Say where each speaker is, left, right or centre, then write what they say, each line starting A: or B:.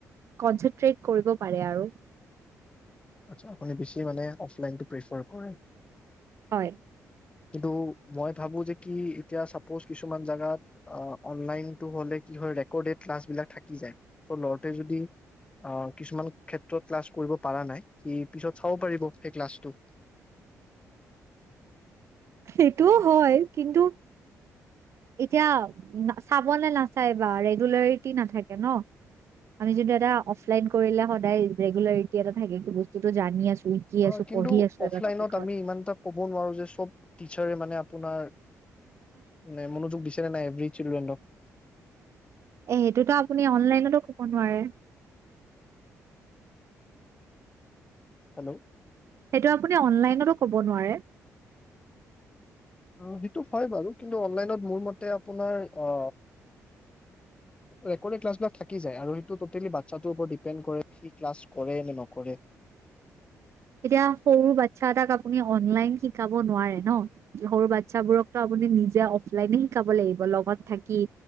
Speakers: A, on the right (about 50°); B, on the left (about 20°).
A: কনচেট্ৰেড কৰিব পাৰে আৰু।
B: আচ্ছা আপুনাৰ বেছি মানে অফলাইনটোত পেচা কৰে
A: হয়
B: কিন্তু মই ভাবো যে কি এতিয়া সাপজ কিছুমান জেগাত অ অনলাইন টো হলে কি হয় ৰেকৰ্ডেড ক্লাছ বিলাক থাকি যাই টৌ ল'ৰাটোৱে যদি আহ কিছুমান ক্ষেত্ৰত ক্লাছ কৰিব পৰা নাই সি পিছত চাব পাৰিব, সেই ক্লাছটো।
A: সেইটো হয় কিন্তু, এতিয়া চাবনে নাচাই বা ৰেগুলাৰিতী নাথাকে ন, আমি যদি এটা অফলাইন কৰিলে সদায় ৰেগুলৰিতী এটা থাকে কি বস্তুটো জানি আছো শিকি
B: অ
A: আছো
B: কিন্তু
A: পঢ়ি আছো
B: অফলাইনত
A: এটা টপিকত
B: আমি ইমান এটা ক'ব নোৱাৰো যে চব টিচাৰে মানে আপোনাৰ মানে মনোযোগ দিছ নাই এবি চিলড্ৰেন অৱ
A: এ সেইটোতো আপুনি অনলাইনতো কব নোৱাৰে
B: হেল্ল'
A: সেইটো আপুনি অনলাইনতো‌ কব নোৱাৰে।
B: অ সেইটো হয় বাৰু কিন্তু অনলাইনত‌ মোৰ মতে আপোনাৰ অ ৰেকৰ্ডৰি কালছ বিলাক থাকি যায় আৰু সেইটো টোতেলি বাছাটোৰ ওপৰত দিপেণ্ট কৰে সি কালছ কৰে নে নকৰে।
A: এতিয়া সৰু বাচ্ছা এটাক আপুনি অনলাইন শিকাব নোৱাৰে ন সৰু বাচ্ছাবোৰকো আপুনি নিজে অফলাইনে শিকাব লাগিব লগত থাকি